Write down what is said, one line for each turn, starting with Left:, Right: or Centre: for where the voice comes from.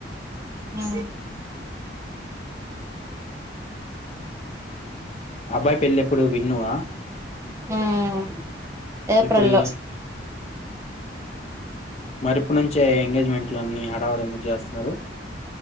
Right: హమ్
Left: అబ్బాయి్ పెళ్ళెప్పుడుూ విన్నవా
Right: హమ్ ఏప్రిల్
Left: ఎప్పుడు
Right: లో
Left: మరి ఇప్పుడు నుంచే ఎంగేజ్మెంట్లున్ని హడావు ఎందుకు చేస్తున్నారు